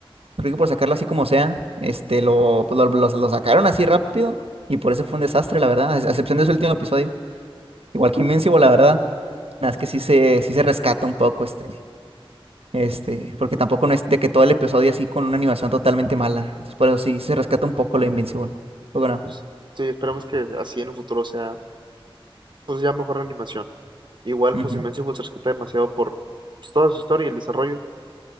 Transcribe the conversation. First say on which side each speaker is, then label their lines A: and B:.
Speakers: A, on the right (about 85°); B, on the right (about 50°).
A: Creo que por sacarlo así como sea, este, lo, pues, lo, lo- lo sacaron así rápido y por eso fue un desastre, la verdad, a a excepción de su último episodio. Igual que Invincible, la verdad, nada, es que sí se, sí se rescata un poco, este. Este, porque tampoco no es de que todo el episodio así con una animación totalmente mala. Entonces, por eso sí se rescata un poco la Invincible. Poco no.
B: Pues sí, esperemos que así en el futuro sea, pues ya mejor animación. Igual
A: Ujú.
B: pues Invincible se rescata demasiado por pues, toda su historia y el desarrollo.